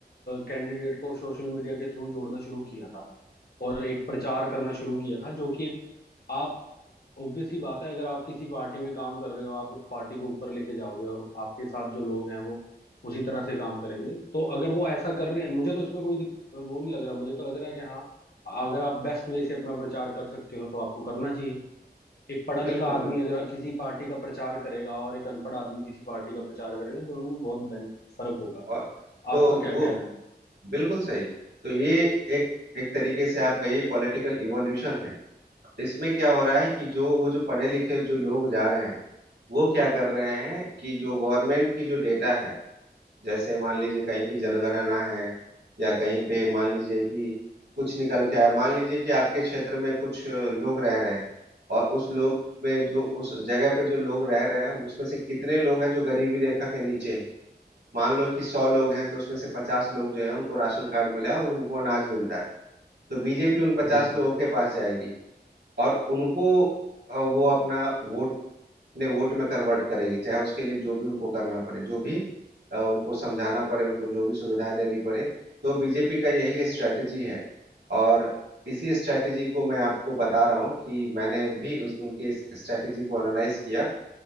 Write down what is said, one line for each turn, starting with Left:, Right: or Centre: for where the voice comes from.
Left: कैंडिडेट को सोशल मीडिया के थ्रू जोड़ना शुरू किया था और एक प्रचार करना शुरू किया था जो कि एक आप ऑब्वियस ही बात है अगर आप किसी पार्टी में काम कर रहे हो आप उस पार्टी को ऊपर लेके जाओगे और आपके साथ जो लोग हैं वो उसी तरह से काम करेंगे तो अगर वो ऐसा कर रहे हैं मुझे तो इसमें कोई दिक, वो नहीं लग रहा मुझे तो लग रहा है कि हाँ अगर आप बेस्ट वे से अपना प्रचार कर सकते हो तो आपको करना चाहिए एक पढ़ा
Right: बिल्कुल
Left: लिखा आदमी
Right: बिल्कुल
Left: अगर किसी पार्टी का प्रचार करेगा और एक अनपढ़ आदमी किसी पार्टी का प्रचार करेगा दोनों में बहुत बेन- फर्क होगा
Right: और तो
Left: आपका क्या
Right: वो
Left: कहना है
Right: बिल्कुल सही तो ये एक एक तरीके से आप कहिए पॉलिटिकल इवोल्यूशन है इसमें क्या हो रहा है कि जो वो जो पढ़े लिखे जो लोग जा रहे हैं वो क्या कर रहे हैं कि जो गवर्नमेंट की जो डेटा है जैसे मान लीजिए कहीं की जनगणना है या कहीं पे मान लीजिए कि कुछ निकल के आया मान लीजिए कि आपके क्षेत्र में कुछ अ, लोग रह रहे हैं और उस लोग में जो उस जगह पे जो लोग रह रहे हैं उसमें से कितने लोग हैं जो गरीबी रेखा के नीचे हैं मान लो कि सौ लोग हैं तो उसमें से पचास लोग जो है उनको राशन कार्ड मिला है और उनको अनाज मिलता है तो बीजेपी उन पचास
Left: बिल्कुल
Right: लोगों के पास जाएगी और उनको अ, वो अपना वोट अपने वोट में कन्वर्ट करेगी चाहे उसके लिए जो भी उनको करना पड़े जो भी अ, उनको समझाना पड़े उनको जो भी सुविधाएं देनी पड़े तो बीजेपी का यही स्ट्रैटेजी है और इसी स्ट्रैटेजी को मैं आपको बता रहा हूँ कि मैंने भी उस, उनके इस स्ट्रैटेजी को एनालाइज किया